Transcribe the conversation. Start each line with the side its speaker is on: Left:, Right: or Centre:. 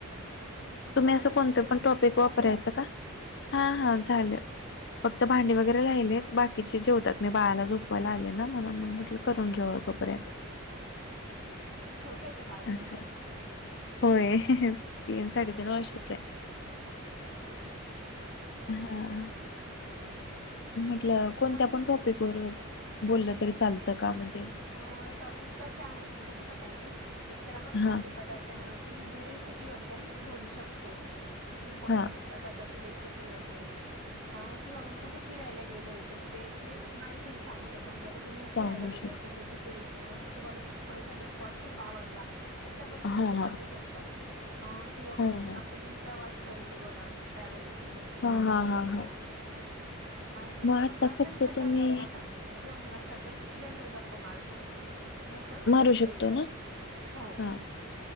Right: तुमचं
Left: तुम्ही
Right: आवरलं
Left: असं कोणतं
Right: जेवण
Left: पण टॉपिक
Right: वगैरे झाली?
Left: वापरायचं का? हा हा झालं. फक्त भांडे वगैरे राहिले आहेत बाकी बाकीचे जेवतात. मी बाळाला झोपवायला आले ना, म्हणून म्हटलं करून घेऊ तोपर्यंत.
Right: हुं. छोटं आहे का बाळ तुमचं?
Left: असं होय. तीन साडेतीन वर्षाच आहे.
Right: अच्छा! अच्छा!
Left: हा.
Right: हो
Left: म्हटलं कोणत्या
Right: आम्ही म्हण
Left: पण टॉपिक वर बोललं तरी चालतं का? म्हणजे
Right: अं टॉपिक कशे आहेत माहिती आहे का ताई, एकतर आपण
Left: हा
Right: खाद्य पदार्थांवर म्हणजे रेसिपीबद्दल बोलू शकतो कोणता
Left: हा
Right: पण पदार्थ. रेसिपी वैगेरे हा किंवा मग कुठे फिरायला गेलोय तर तेथली माहिती सांगू शकता म्हणजे आता तुम्ही
Left: सांगू
Right: फिरायला गेलाय
Left: शकतो.
Right: कुठे तिथे मग असं तुम्हाला खूप एखादा स्पॉट खूप आवडला तर त्याबद्दल
Left: हा
Right: तुम्ही सांगू
Left: हा
Right: शक. किंवा मग
Left: हा हा
Right: आपण प्रवास करतो बघा ट्रॅव्हलिंग
Left: हा
Right: सांगू
Left: हा
Right: शकतो
Left: हा हा
Right: किंवा मग
Left: आता
Right: असं
Left: फक्त
Right: जनरल
Left: तुम्ही
Right: गप्पा सांगीतलय किंवा मग असं आपण जनरल गप्पा मारू शकतो. असंल
Left: मारू
Right: त्यात दिलेलं
Left: शकतो
Right: आहे
Left: ना
Right: हो
Left: हा